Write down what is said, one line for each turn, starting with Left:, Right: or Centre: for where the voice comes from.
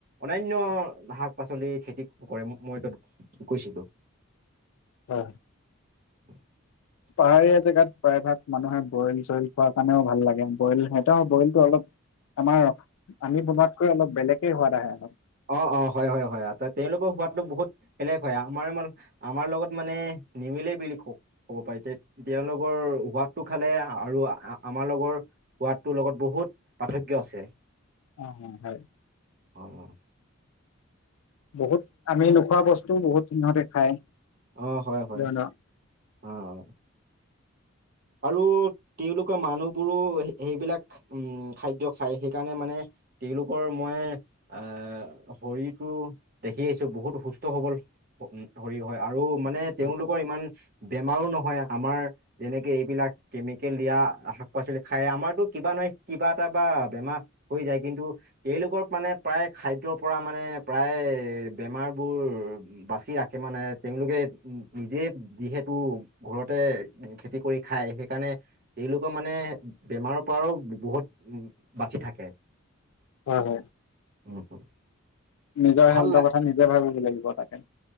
Right: অনান্য শাক-পাচলি খেতি কৰে, মই যত গৈছিলো
Left: হয়।
Right: <inaudible>
Left: পাহাৰীয়া জেগাত প্ৰায়ভাগ মানুহে বইল-চইল খোৱাৰ কাৰণেও ভাল লাগে, বইল সিহঁতৰ বইলটো অলপ আমাৰ আমি বনোৱাতকৈ অলপ বেলেগে সোৱাদ আহে
Right: অ অ, হয় হয় হয়, তেওঁলোকৰ সোৱাদটো বহুত বেলেগ হয় আমাৰ মানে আমাৰ লগত মানে নিমিলেই বুলি কওঁক। ক'ব পাৰি তে তেওঁলোকৰ সোৱাদটো খালে আৰু আমাৰ লগৰ সোৱাদটোৰ লগত বহুত পাৰ্থক্য আছে।
Left: অহ অহ হয়।
Right: হয় হয়।
Left: বহুত আমি নোখোৱা বস্তুও বহুত সিহঁতে খায়।
Right: অ হয় হয়,
Left: ধৰি
Right: অ অ। আৰু তেওঁলোকৰ মানুহবোৰো সেইবিলাক উম খাদ্য খায় সেইকাৰণে মানে তেওঁলোকৰ মই আহ শৰীৰটো দেখি আহিছো বহুত সুস্থ-সবল শৰীৰ হয় আৰু মানে
Left: লওক
Right: তেওঁলোকৰ ইমান বেমাৰো নহয় আমাৰ যেনেকে এইবিলাক কেমিকেল দিয়া শাক-পাচলি খাই আমাৰতো কিবা নহয় কিবা এটা বা বেমাৰ হৈ যায় কিন্তু তেওঁলোকৰ মানে প্ৰায় খাদ্যৰ পৰা মানে প্ৰায় বেমাৰ বোৰ বাচি ৰাখে মানে তেওঁলোকে নিজে যিহেতু ঘৰতে খেতি কৰি খায় সেইকাৰণে তেওঁলোকৰ মানে বেমাৰৰ পৰাও বহুত বাচি থাকে।
Left: হয় হয়।
Right: <unintelligible>
Left: নিজৰ
Right: ভাল
Left: হেল্থৰ কথা নিজে ভাবিব লাগিব তাকে।